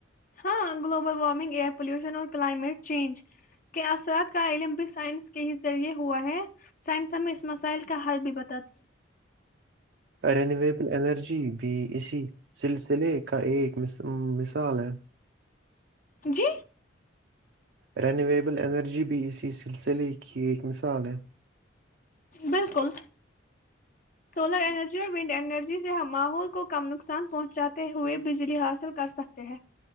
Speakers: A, on the left; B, on the right.
A: ہاں گلوبل وارمنگ ایئر پلیوشن اور کلائمیٹ چینج کے اثرات کا علم بھی سائنس کے ہی ذریعے ہوا ہے سائنس ہمیں اس مسائل کا حل بھی بتا
B: رینیویبل انرجی بھی اسی سلسلے کا ایک م مثال ہے
A: جی
B: رینویبل انرجی بھی اسی سلسلے کی ایک مثال ہے
A: بالکل سولر ارجی اور ونڈ اینرجی سے ہم ماحول کو کم نقصان پہنچاتا تے ہوئے بجلی حاصل کر سکتے ہیں